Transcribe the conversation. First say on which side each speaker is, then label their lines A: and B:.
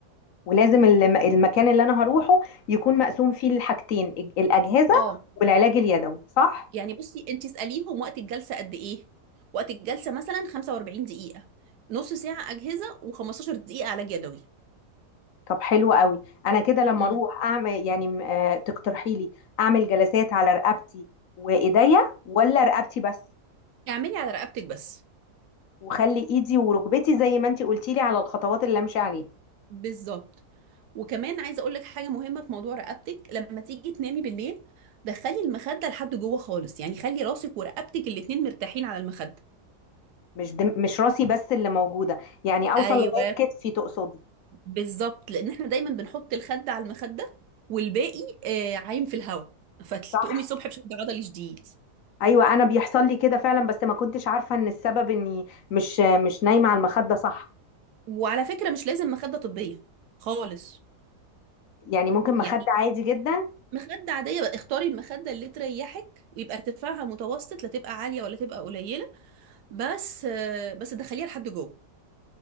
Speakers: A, on the left; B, on the right.
A: ولازم الم- المكان اللي انا هروحه يكون مقسوم فيه الحاجتين الج- الاجهزة
B: اه
A: والعلاج اليدوي صح
B: يعني بصي انت اساليهم وقت الجلسه قد ايه وقت الجلسه مثلا 45 دقيقه نص ساعه اجهزه و15 دقيقه علاج يدوي
A: طب حلو قوي انا كده لما
B: امم
A: اروح اعمل يعني م- آه، تقترحي لي اعمل جلسات على رقبتي وايديا ولا رقبتي بس
B: اعملي على رقبتك بس
A: وخلي ايدي وركبتي زي ما انتي قلتي لي على الخطوات اللي امشي عليها
B: بالظبط وكمان عايزه اقول لك حاجه مهمه في موضوع رقبتك لما تيجي تنامي بالليل دخلي المخده لحد جوه خالص يعني خلي راسك ورقبتك الاتنين مرتاحين على المخده
A: مش دم مش راسي بس اللي موجوده يعني اوصل
B: ايوه
A: لغايه كتفي تقصدي
B: بالظبط لان احنا دايما بنحط الخد على المخده والباقي آه عايم في الهواء فتقومي
A: صح
B: الصبح بشد عضلي شديد
A: ايوه انا بيحصل لي كده فعلا بس ما كنتش عارفه ان السبب اني مش مش نايمه على المخده صح
B: وعلى فكره مش لازم مخده طبيه خالص
A: يعني ممكن
B: يعني
A: مخده عادي جدا
B: مخده عاديه بقى اختاري المخده اللي تريحك ويبقى ارتفاعها متوسط لا تبقى عاليه ولا تبقى قليله بس آه، بس دخليها لحد جوه